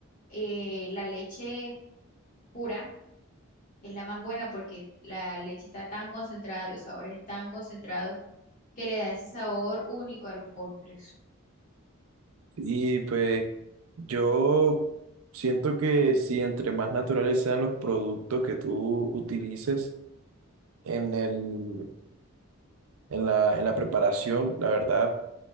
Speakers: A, on the left; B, on the right.
A: eh, la leche pura, es la más buena porque la leche está tan concentrada, los sabores están concentrados, que le da ese sabor único a los postres.
B: Y pues yo siento que si entre más naturales sean los productos que tú utilices en el, en la, en la preparación, la verdad